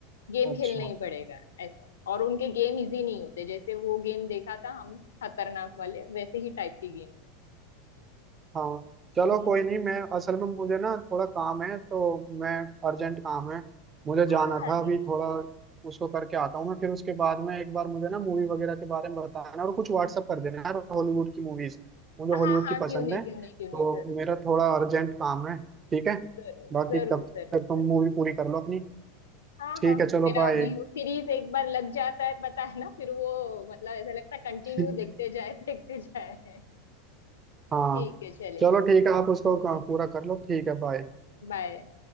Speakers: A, on the left (about 85°); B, on the right (about 25°).
A: गेम
B: अच्छा
A: खेलना ही पड़ेगा ऐसा और उनके गेम इजी नहीं होते जैसे वो गेम देखा था हम खतरनाक वाले वैसे ही टाइप के गेम
B: हाँ चलो
A: हम्म
B: कोई नहीं मैं असल में मुझे ना थोड़ा काम है तो मैं अर्जेंट काम है मुझे जाना
A: हाँ हाँ
B: था
A: नहीं
B: अभी थोड़ा उसको करके आता हूँ मैं फिर उसके बाद में एक बार मुझे ना मूवी वगैरह के बारे में बताना और कुछ व्हाट्सअप कर देना यार हॉलीवुड की मूवीज मुझे हॉलीवुड
A: हाँ हाँ
B: की पसंद
A: क्यों नहीं
B: है
A: क्यों
B: तो
A: नहीं क्यों नहीं जरूर
B: मेरा थोड़ा अर्जेंट काम है ठीक है
A: जरूर
B: बाकी
A: जरूर
B: तब
A: जरूर
B: तक
A: जरूर
B: तुम मूवी पूरी कर लो अपनी
A: हाँ
B: ठीक
A: हाँ
B: है चलो
A: मेरा
B: बाय
A: भी वो सीरीज एक बार लग जाता है पता है ना फिर वो मतलब ऐसा लगता है कंटिन्यू
B: <laughs>
A: देखते जाए देखते जाए
B: हाँ
A: ठीक है चलेगा
B: चलो ठीक है आप उसको
A: हम्म,
B: पूरा कर लो ठीक है बाय
A: बाय